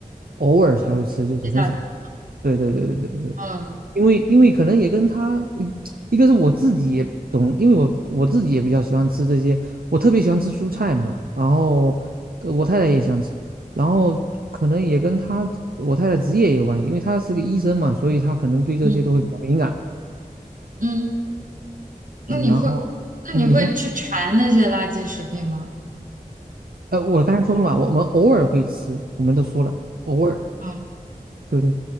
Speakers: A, on the right; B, on the right.
A: 偶尔才会吃，就是很少。
B: 接下这种，
A: 对对对对对对，
B: 嗯
A: 因为因为可能也跟他，嗯一个是我自己也总，因为我我自己也比较喜欢吃这些，我特别喜欢吃蔬菜嘛，然后呃我太太也喜欢吃，然后可能也跟她我太太职业也有关系，因为她是个医生嘛，所以她可能对这些都会比较敏感。
B: 嗯嗯，那你会
A: 嗯然后嗯，
B: 那你会去馋那些垃圾食品吗？
A: 你说。呃，我刚才说了嘛，我们偶尔会吃，我们都说了，偶尔。
B: 嗯
A: 对对。